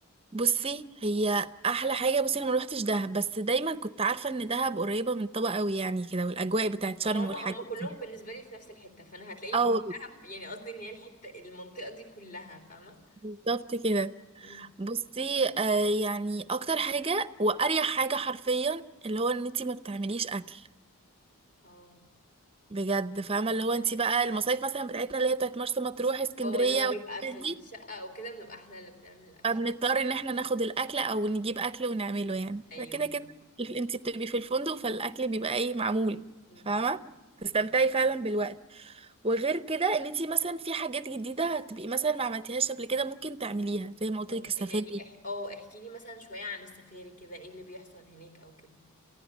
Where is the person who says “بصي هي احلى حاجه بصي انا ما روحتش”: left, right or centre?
Right